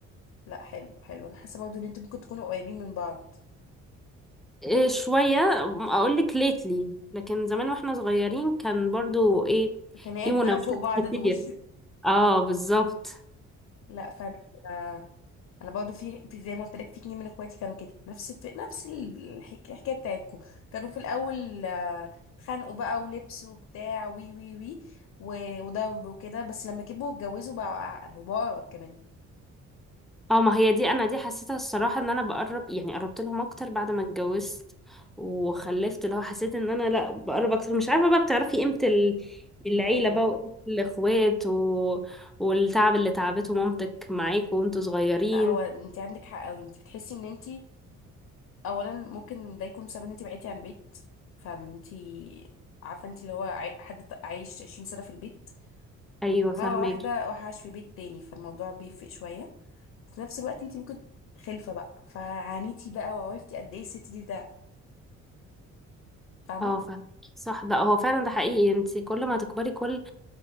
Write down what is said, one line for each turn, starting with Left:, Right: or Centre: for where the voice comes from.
Left: لا حلو حلو انا حاسه برضه ان انتوا ممكن تكونوا قريبين من بعض
Centre: أه، شوية اقولك ليتلي لكن زمان واحنا صغيرين كان برضو ايه
Left: خناقات
Centre: في مناوشات
Left: بقى لفوق بعض
Centre: كتير
Left: دول
Centre: اه بالظبط
Left: <laughs> لا فاهمه انا انا برضه في في زي ما قلت لك في اتنين من اخواتي كانوا كده نفس في نفس ال- الحك- الحكايه بتاعتكم كانوا في الاول آه، اتخانقوا بقى ولبس وبتاع وي وي وي و- وضرب وكده بس لما كبروا واتجوزوا بقوا اعقل وبقوا اقرب كمان
Centre: اه ما هي دي انا دي حسيتها الصراحه ان انا بقرب يعني قربت لهم اكتر بعد ما اتجوزت وخلفت اللي هو حسيت ان انا لا بقرب اكتر مش عارفه بقى بتعرفي قيمه ال- العيله
Left: العيله
Centre: بقى وقيمة الاخوات و... والتعب اللي تعبته مامتك معاكوا وانتوا صغيرين
Left: لا هو انت عندك حق قوي انت بتحسي ان انت اولا ممكن ده يكون سبب ان انت بعدتي عن البيت فانت عارفه انت اللي هو عاي- حد ت- عايش 20 سنه في البيت
Centre: ايوه
Left: مره
Centre: فاهماكي
Left: واحده راح عاش في بيت تاني فالموضوع بيفرق شويه في نفس الوقت انت ممكن خلفه بقى فعانيتي بقى وعرفتي قد ايه الست دي ده فاهمه
Centre: اه فاهماكي صح ده هو فعلا ده حقيقي انت كل ما تكبري كل